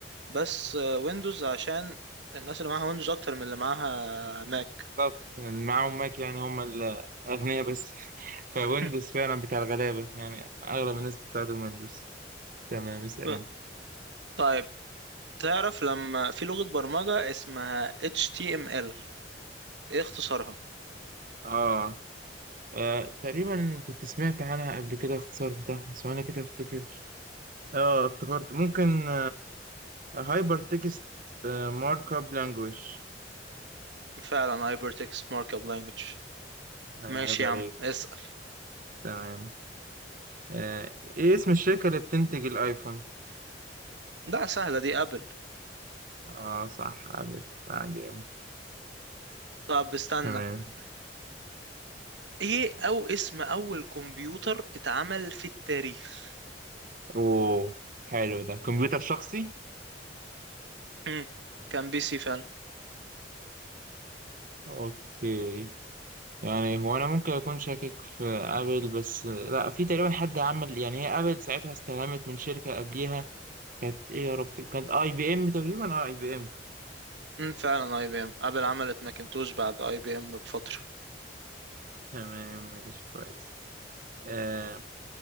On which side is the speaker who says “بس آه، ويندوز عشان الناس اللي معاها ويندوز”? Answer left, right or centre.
Right